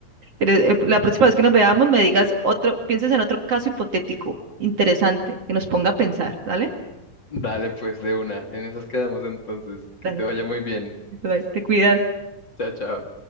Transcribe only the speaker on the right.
eres- eh, la próxima vez que nos veamos me digas otro, pienses en otro caso hipotético interesante que nos ponga a pensar, ¿vale?
Dale,
bye, te cuidas.